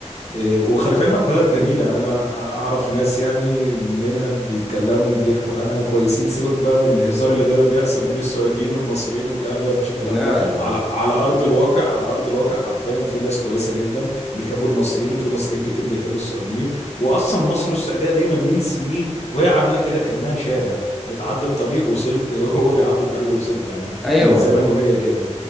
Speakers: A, on the left (about 65°); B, in the centre.
A: إيه، وخلي في علمك بلد جميلة يعني أنا أعرف ناس يعني منها بيتكلموا وبيحكوا عنها كويسين سيبك بقى من الهزار اللي دايما بيحصل بين السعوديين والمصريين والكلام ده مفيش الكلام
B: لا
A: ده
B: لا
A: على على أرض الواقع على أرض الواقع حرفيا في ناس كويسة جدا بيحبوا المصريين وفي مصريين كتير بيحبوا السعوديين وأصلا مصر والسعودية دايما من سنين وهي عاملة كده كأنها شارع بتعدي الطريق وصلت <laughs> هو بيعدي الطريق وصلت يعني
B: أيوة
A: من زمان وهي كده